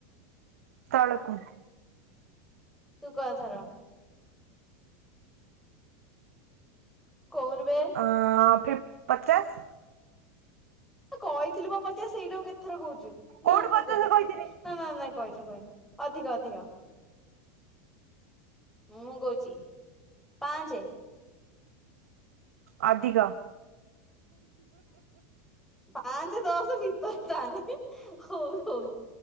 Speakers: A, on the right; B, in the centre.
A: ତଳକୁ।
B: ତୁ କହ ଏଥର। କହୁନୁ ବେ।
A: ଅ ଫିପ ପଚାଶ।
B: କହିଥିଲୁ ବା ପଚାସ, ସେଇଟା ଆଉ କେତଥର କହୁଛୁ, ନା
A: କୋଉଠି
B: ନା ତୁ
A: ପଚାଶ
B: କହିନଥିଲୁ
A: କହିଥିଲି
B: ନା ନା ନା କହିନୁ କହିନୁ ଅଧିକ ଅଧିକ ମୁଁ କହୁଛି, ପାଞ୍ଚ।
A: ଅଧିକ।
B: ପାଞ୍ଚ ଦସ ଭିତରେ ତାନେ ହଉ ହଉ।